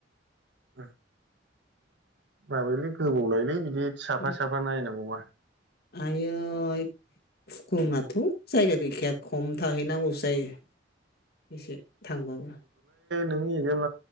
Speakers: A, on the right (about 65°); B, on the left (about 55°).
A: होय माबायोलै गोबाव लायोलै साफा
B: उम।
A: साफा नायनांगौबा
B: आयोइ <unintelligible> उम जायगा गैखाया खम थाहैनांगौसो जायो एसे थांबावो।
A: नोंनि एकजाम